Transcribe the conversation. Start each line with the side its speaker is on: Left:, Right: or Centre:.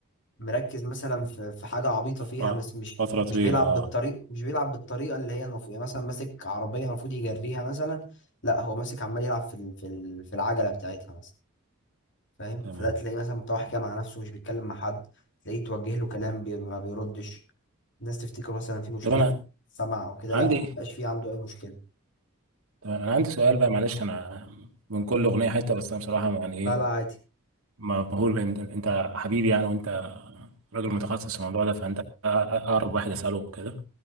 Left: مركز مثلا في في حاجه عبيطه فيها
Right: ف-
Left: بس مش
Right: فتره طويله
Left: مش بيلعب
Right: اه
Left: بالطريق مش بيلعب بالطريقه اللي هي المفروض يعني مثلا ماسك عربيه المفروض يجريها مثلا لا هو ماسك عمال يلعب في ال- في ال- في العجله بتاعتها مثلا فاهم
Right: تمام
Left: فده تلاقيه مثلا متوحش كده مع نفسه مش بيتكلم مع حد تلاقيه توجه له كلام بي- ما بيردش الناس تفتكر مثلا في مشكله
Right: طب انا
Left: في السمع او كده
Right: عندي
Left: لا ما بقاش في عنده اي مشكله
Right: تمام انا عندي سؤال بقى معلش انا من كل اغنيه حته بس انا بصراحه يعني ايه
Left: لا لا عادي
Right: مبهور بان انت حبيبي يعني وانت راجل متخصص في الموضوع ده فانت اقرب واحد اساله كده